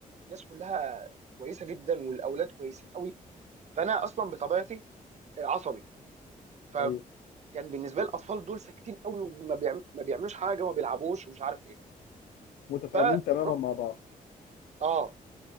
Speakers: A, on the right; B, on the left.
A: ناس كلها كويسه جدا والاولاد كويسين قوي فانا اصلا بطبيعتي عصبي فكان
B: ايوه
A: بالنسبه لي الاطفال دول ساكتين قوي وما بيعم... ما بيعملوش حاجه وما بيلعبوش ومش عارف ايه
B: متفاهمين
A: فروح
B: تماما مع بعض
A: اه